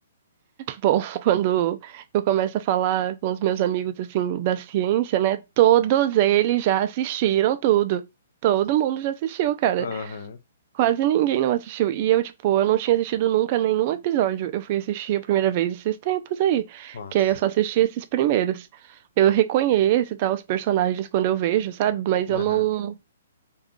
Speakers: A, on the right; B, on the left.
A: Bom, <laughs> quando eu começo a falar com os meus amigos assim da ciência, né? Todos eles já assistiram tudo. Todo mundo já assistiu, cara.
B: Aham,
A: Quase ninguém não assistiu. E eu, tipo, eu não tinha assistido nunca nenhum episódio. Eu fui assistir a primeira vez esses tempos aí,
B: Nossa.
A: que aí eu só assisti esses primeiros. Eu reconheço e tal os personagens quando eu vejo, sabe? Mas
B: Aham.
A: eu não